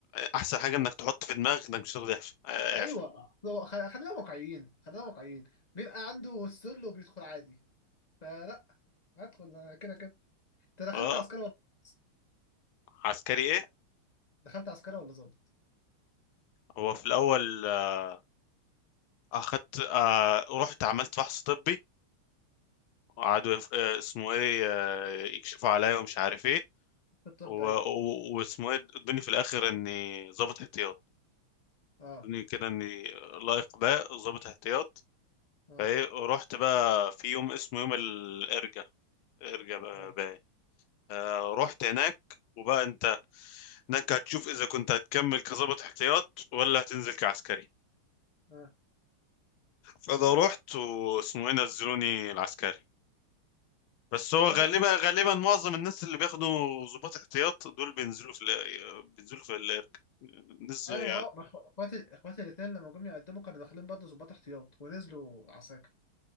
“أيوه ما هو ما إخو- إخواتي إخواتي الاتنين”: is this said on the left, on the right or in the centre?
Left